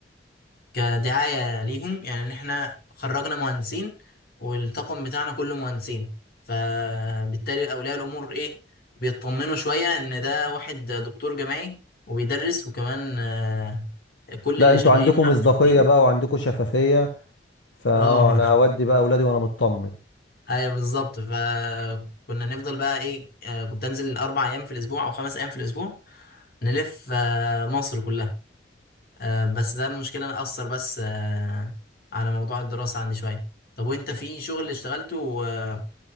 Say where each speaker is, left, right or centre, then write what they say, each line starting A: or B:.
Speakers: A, on the left; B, on the left.
A: كدعايه ليهم يعني ان احنا خرجنا مهندسين والطاقم بتاعنا كله مهندسين فبالتالي اولياء الامور ايه بيطمنوا شويه ان ده واحد دكتور جامعي وبيدرس وكمان آه، كل
B: لا
A: اللي
B: انتوا
A: شغالين
B: عندكم
A: معاه
B: مصداقية
A: مهندسين
B: بقى وعندكم شفافية فاه
A: اه
B: انا اودي
A: <laughs>
B: بقى اولادي وانا مطمن
A: ايوه بالظبط فكنا نفضل بقى ايه آه، كنت انزل اربع ايام في الاسبوع او خمس ايام في الاسبوع نلف آه، مصر كلها آه، بس ده المشكله انا اثر بس آه، على موضوع الدراسه عندي شويه طب وانت في شغل اشتغلته آه،